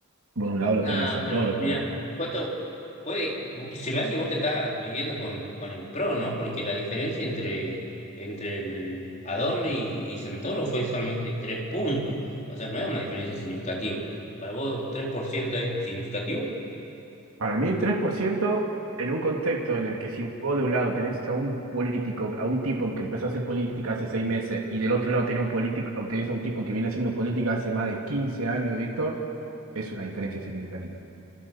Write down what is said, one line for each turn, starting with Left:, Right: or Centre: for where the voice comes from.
Right: Por un lado lo tenía
Left: Ah,
Right: Santoro,
Left: pero mira, ¿cuánto puede? Se me hace que vos te estás midiendo con, con el PRO, ¿no? Porque la diferencia entre, entre el Adorno y, y Santoro fue solamente tres puntos. O sea, no es una diferencia significativa. ¿Para vos 3% es significativo?
Right: Para mí, 3% en un contexto en el que si vos de un lado tenés a un político, a un tipo que empezó a hacer política hace seis meses, y del otro lado tenés un político, tenés a un tipo que viene haciendo política hace más de 15 años, Víctor, es una diferencia significativa.